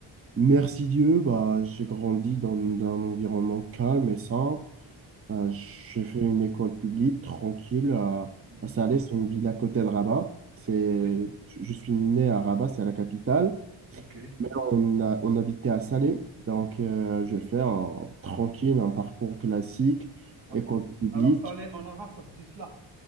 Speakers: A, on the right; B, on the right.
A: merci Dieu, bah, j'ai grandi dans, dans un environnement calme et simple. Euh, j'ai fait une école publique tranquille à,
B: Mhm.
A: à Salé, c'est une ville à côté de Rabat. C'est,
B: Oui,
A: je je suis né à Rabat, c'est la capitale.
B: ok.
A: Mais on, a- on habitait à Salé, donc euh, je fais un, tranquille un parcours classique,
B: Ah,
A: école publique.
B: Alors, ça allait en arabe, ça se dit cela.